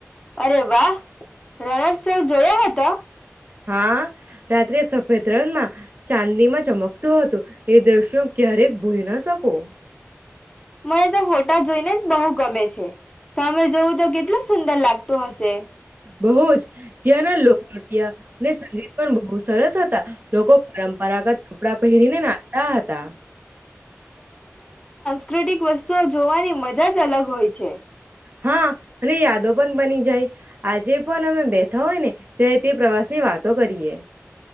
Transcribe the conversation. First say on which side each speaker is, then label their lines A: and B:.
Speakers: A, on the left; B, on the right.
A: અરે વાહ, રણોત્સવ જોયો હતો?
B: હા, રાત્રે સફેદ રણમાં ચાંદીમાં ચમકતું હતું એ દ્રશ્યો ક્યારે ભૂલી ના શકું.
A: મને તો ફોટા જોઈને બહુ ગમે છે. સામે જવું તો કેટલું સુંદર લાગતું હશે.
B: બહુ જ ત્યાંના લોક નૃત્ય અને સંગીત પણ બહુ સરસ હતા લોકો પરંપરાગત કપડા પહેરીને નાચતા હતા.
A: ક્રિટિક વસ્તુઓ જોવાની મજા જ જ અલગ હોય છે.
B: હા, અને યાદો પણ બની જાય. આજે પન અમે બેઠા હોય ને ત્યારે તે પ્રવાસ ની વાતો કરીએ.